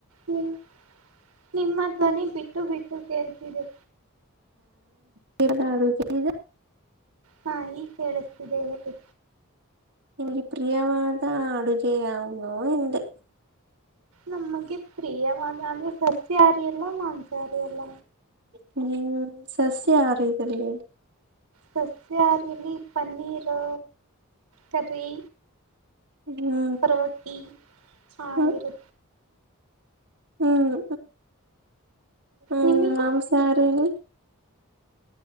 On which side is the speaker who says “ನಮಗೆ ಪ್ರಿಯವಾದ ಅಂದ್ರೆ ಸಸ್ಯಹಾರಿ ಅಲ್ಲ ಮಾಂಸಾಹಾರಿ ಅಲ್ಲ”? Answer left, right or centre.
Right